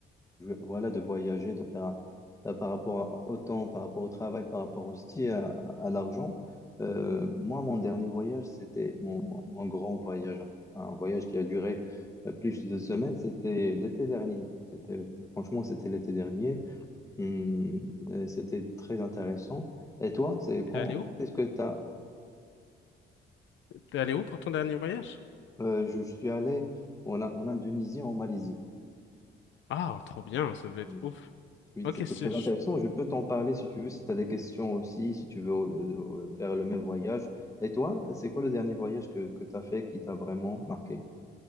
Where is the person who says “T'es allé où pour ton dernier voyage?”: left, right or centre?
Left